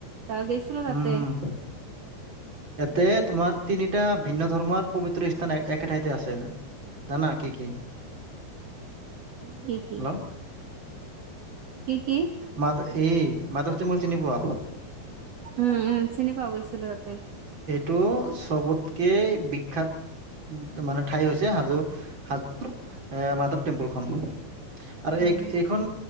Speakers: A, on the right; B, on the right.
A: ত গৈছিলো তাতে
B: উম হম, ইতে তোমাৰ তিনিটা ভিন্ন ধৰ্মৰ পবিত্ৰ। একে ঠাইতে আছে, নানা কি কি।
A: কি কি?
B: হেল্ল'
A: কি কি?
B: মাধ এই মাধৱ তুমল চিনি পোৱা।
A: উম উম! চিনি পোৱা গৈছিলো ততে।
B: চবতকে বিক্ষাত মানে। ঠাই হৈছে হাজো হাজোৰ এ মাধৱ টেম্পুলখন। আৰু
A: উম উম
B: এইখন